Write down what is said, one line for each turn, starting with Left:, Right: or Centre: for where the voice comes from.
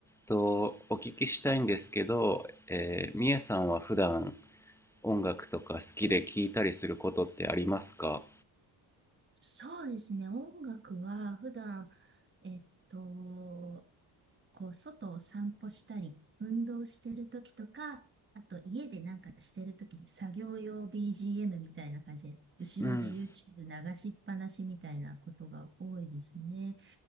Centre: と、お聞きしたいんですけど、えー、みえさんは普段音楽とか好きで聴いたりすることってありますか
Right: そうですね、音楽は普段、えっと、こう外を散歩したり、運動してる時とか、あと家でなんかしてる時に作業用 BGM みたいな感じで、後ろで
Centre: うん、
Right: YouTube 流しっぱなしみたいなことが多いですね。